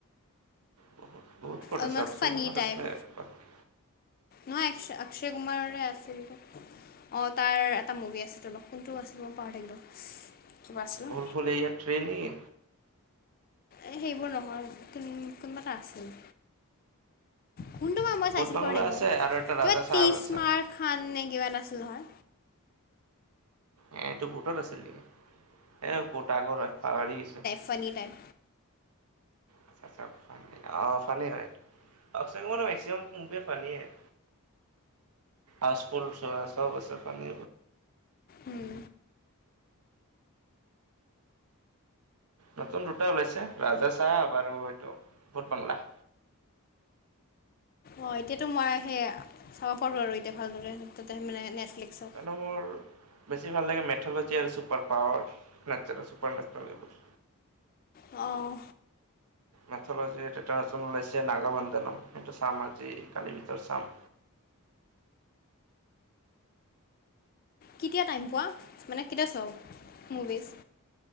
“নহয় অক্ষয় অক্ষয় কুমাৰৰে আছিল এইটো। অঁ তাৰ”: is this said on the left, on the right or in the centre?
Left